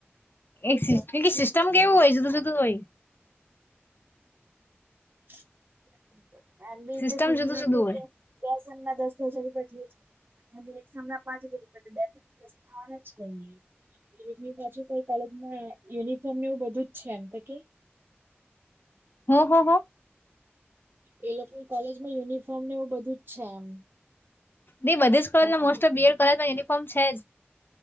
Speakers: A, on the left (about 55°); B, on the right (about 45°).
A: એક
B: એજ વસ્તુ
A: એક
B: છે
A: સિસ્ટમ
B: કે નહી
A: કેવું હોય જુદું જુદું હોય.
B: <inaudible> આ બી એતે
A: સિસ્ટમ
B: સંજના
A: જુદું જુદું
B: કે
A: હોય
B: કે દસ દસ હજાર ર જાય અંયા એક સાના પાંચ હજર બે સાના દસ થવાના જ કે ન એની પાછળ કઈ કોલેજમાં યુનિફોર્મ એવું બધું જ છે એમ તો કે
A: હો-હો-હો.
B: એ લોકોની કોલેજ માં યુનિફોર્મ ને એવું બધું જ છે એમ.
A: નહી બધી જ કર
B: હવે
A: મોસ્ટર બીએડ કરે યુનિફોર્મ છે જ.